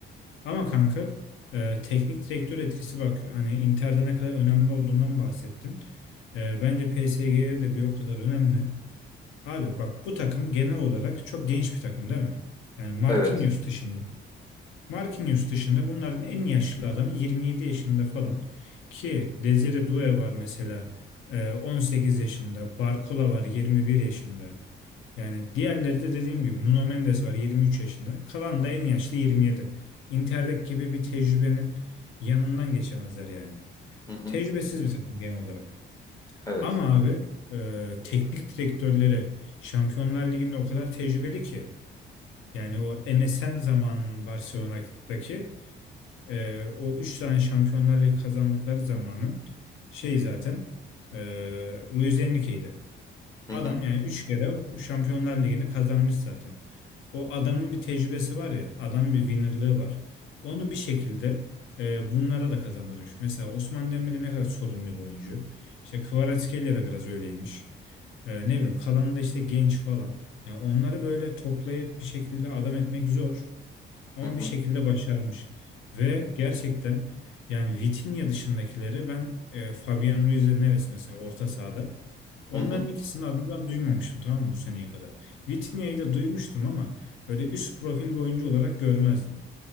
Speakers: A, on the left; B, on the left.
A: Ama kanka e, teknik direktör etkisi bak hani Inter'de ne kadar önemli olduğundan bahsettin. E, bence PSG'ye de bir o kadar önemli. Abi bak bu takım genel olarak çok genç bir takım değil mi? Yani Marquinhos
B: Evet.
A: dışında. Marquinhos dışında bunların en yaşlı adamı 27 yaşında falan. Ki Desire Doué var mesela e, 18 yaşında. Barcola var 21 yaşında. Yani diğerleri de dediğim gibi Nuno Mendes var 23 yaşında. Kalan da en yaşlı 27. Intertek gibi bir tecrübenin yanından geçemezler yani.
B: Hı hı.
A: Tecrübesiz bir takım genel olarak.
B: Evet.
A: Ama abi e, teknik direktörleri Şampiyonlar Ligi'nde o kadar tecrübeli ki. Yani o MSN zaman Barcelona'daki e, o 3 tane Şampiyonlar Ligi kazandıkları zamanın şey zaten e, Luis Enrique'ydi.
B: Hı
A: Adam
B: hı.
A: yani 3 kere Şampiyonlar Ligi'ni kazanmış zaten. O adamın bir tecrübesi var ya, adamın bir winnerlığı var. Onu bir şekilde e, bunlara da kazandırmış. Mesela Osman Dembele ne kadar sorunlu bir oyuncu. İşte Kvaratskhelia da biraz öyleymiş. Ee, ne bileyim kalanı da işte genç falan. Yani onları böyle toplayıp bir şekilde adam etmek zor. Ama
B: Hı hı.
A: bir şekilde başarmış. Ve gerçekten yani Vitinha dışındakileri ben e, Fabian Ruiz ve Neves mesela orta sahada. Onların
B: Hı hı.
A: ikisinin adını ben duymamıştım tamam mı bu seneye kadar. Vitinha'yı da duymuştum ama öyle üst profil bir oyuncu olarak görmezdim.